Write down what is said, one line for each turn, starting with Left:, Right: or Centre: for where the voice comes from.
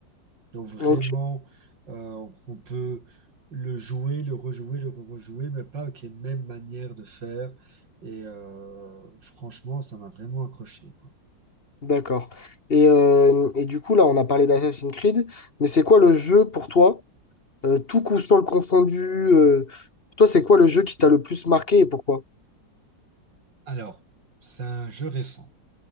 Right: Donc vraiment,
Left: ok,
Right: euh, on peut le jouer, le rejouer, le rejouer, mais pas avec les mêmes manières de faire. Et euh, franchement, ça m'a vraiment accroché, quoi.
Left: d'accord. Et, euh, et du coup, là, on a parlé d'Assassin's Creed, mais c'est quoi le jeu pour toi? Euh, tout console confondu. euh, Toi, c'est quoi le jeu qui t'a le plus marqué et pourquoi?
Right: Alors, c'est un jeu récent.